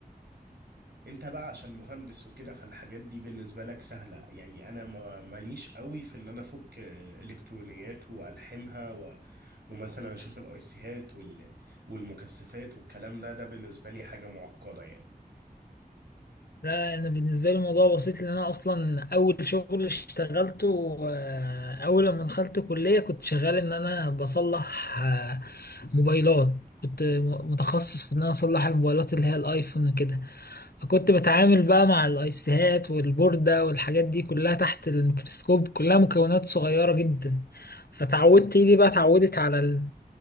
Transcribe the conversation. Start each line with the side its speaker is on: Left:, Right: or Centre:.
Right: انت بقى عشان مهندس وكده فالحاجات دي بالنسبة لك سهلة يعني انا ما- ماليش قوي في ان انا افك الكترونيات والحمها و... ومثلا اشوف الايسيهات وال... والمكثفات والكلام ده ده بالنسبة لي حاجة معقدة يعني
Left: لا انا بالنسبه لي الموضوع بسيط لان انا اصلا اول شغل اشتغلته آه، اول لما دخلت كليه كنت شغال ان انا بصلح آه، موبايلات كنت م- متخصص في ان انا اصلح الموبايلات اللي هي الايفون وكده فكنت بتعامل بقى مع الايسيهات والبورده والحاجات دي كلها تحت الميكروسكوب كلها مكونات صغيره جدا فتعودت ايدي بقى اتعودت على ال...